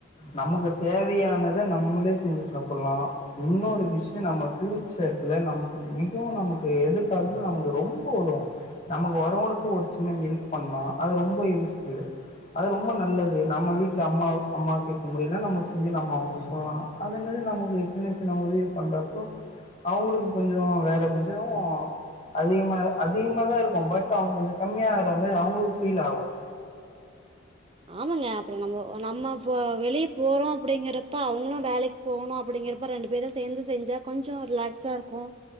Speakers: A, on the left; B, on the right.
A: நமக்கு தேவையானத நம்மளே செஞ்சு சாப்புலாம் இன்னொரு விஷயம் நம்ம ஃபியூச்சர்க்குல நமக்கு மிகவும் நமக்கு எதிர்காலத்து நமக்கு ரொம்ப உதவும் நமக்கு வரவங்களுக்கு ஒரு சின்ன ஹெல்ப் பண்லாம் அது ரொம்ப யூஸ்ஃபுல்லு அது ரொம்ப நல்லது நம்ம வீட்டுல அம்மா அம்மாகிட்ட முடில்ல நம்ம செஞ்சு நம்ம அவுங்களுக்கு பண்லாம் அந்த மாரி நமக்கு சின்ன சின்ன உதவி பண்றப்போ அவுங்களுக்கு கொஞ்ஜோ வேல மிஞ்சும் அதிகமா அதிகம் மாதா இருக்கும் பட் அவுங்க கொஞ்சம் கம்மியாகற மாரி அவுங்களுக்கு ஃபீல் ஆகும்
B: ஆமாங்க அப்புறம் நம்மோ நம்ம இப்ப வெளியே போறோம் அப்டிங்கிறப்ப அவுங்ளும் வேலைக்கு போனோ அப்டிங்கறப்ப ரெண்டு பேரும் சேந்து செஞ்சா கொஞ்ஜோ ரிலாக்ஸா இருக்கும்